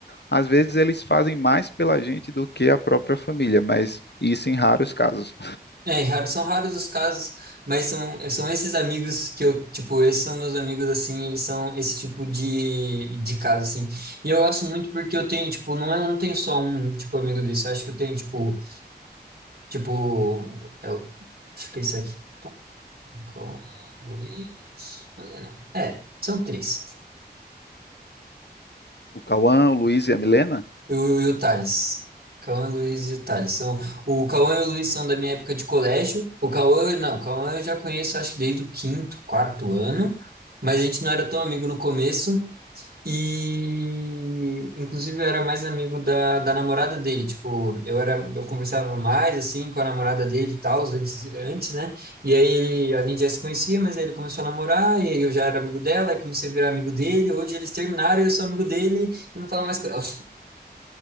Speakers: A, on the left; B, on the right.
A: às vezes eles fazem mais pela gente do que a própria família, mas isso em raros casos.
B: É, e raro- são raros os casos, mas são, são esses amigos que eu, tipo, esses são meus amigos, assim, eles são esse tipo de, de caso, assim. E eu gosto muito porque eu tenho, tipo, não, é- eu não tenho só um, tipo, amigo desse, eu acho que eu tenho, tipo, tipo, é o, deixa eu pensar aqui, Calma, Luiz, mas é não, é, são três.
A: o Cauã, o Luiz e a Milena?
B: E o, e o Thales. Cauã, Luiz e o Thales. São, o Cauã e o Luiz são da minha época de colégio. O Cauã, não, o Cauã eu já conheço acho que desde o quinto, quarto ano, mas a gente não era tão amigo no começo. E inclusive eu era mais amigo da, da namorada dele. Tipo, eu era, eu conversava mais assim com a namorada dele e tal, antes, antes, né? E aí ele, a gente já se conhecia, mas aí ele começou a namorar, e aí eu já era amigo dela, aí comecei a virar amigo dele. Hoje eles terminaram e eu sou amigo dele e não falo mais com ela.